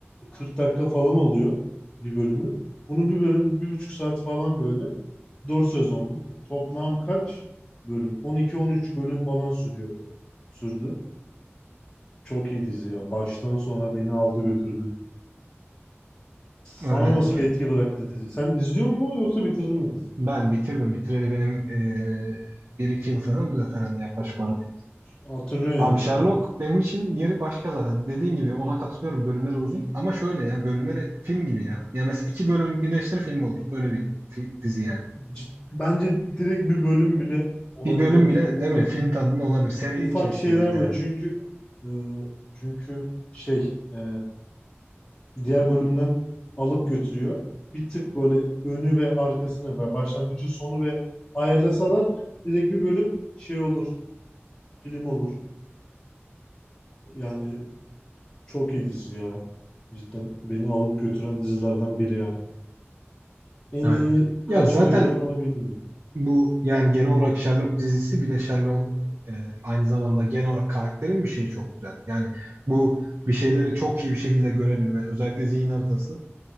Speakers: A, on the left; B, on the right.
A: 40 dakika falan oluyor bir bölümü. Bunun bir bölüm bir buçuk saat falan böyle. dört sezonluk. Toplam kaç bölüm? 12-13 bölüm falan sürüyordu. Sürdü. Çok iyi dizi ya. Baştan sona beni aldı götürdü.
B: Öyle.
A: Sana nasıl bir etki bıraktı dizi? Sen izliyor musun yoksa bitirdin mi diziyi?
B: Ben bitirdim. Bitireli benim eee bir iki yıl falan oluyor herhalde yaklaşık olarak.
A: Hatırlıyorsun
B: Abi
A: yani
B: Sherlock
A: şu anda.
B: benim için yeri başka zaten. Dediğin gibi ona katılıyorum. Bölümleri uzun. Ama şöyle ya bölümleri film gibi ya. Yani mesela iki bölümü birleştir film olur. Öyle bir fi- dizi yani.
A: Cid- Bence direkt bir bölüm bile olabilir
B: Bir bölüm bile
A: yani. Ufak
B: değil mi? Film tadında olabilir. Seri
A: ufak
B: şeklinde
A: şeyler
B: mesela.
A: böyle çünkü e, çünkü şey e, diğer bölümden alıp götürüyor. Bir tık böyle önü ve arkasını ve başlangıcı sonu ve ayarlasalar direkt bir bölüm şey olur, film olur. Yani çok iyi dizi ya. Cidden beni alıp götüren dizilerden biri yani. En
B: Evet.
A: iyi
B: Ya
A: kaçıma
B: zaten
A: girer onu bilmiyorum.
B: Bu yani genel olarak Sherlock dizisi bir de Sherlock'un e, aynı zamanda genel olarak karakterin bir şeyi çok güzel. Yani bu bir şeyleri çok iyi bir şekilde görebilme özellikle zihin haritası.